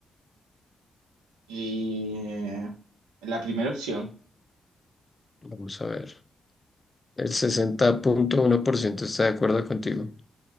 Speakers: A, on the right; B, on the left.
A: eh, la primera opción.
B: Vamos a ver. El sesenta punto uno por ciento está de acuerdo contigo.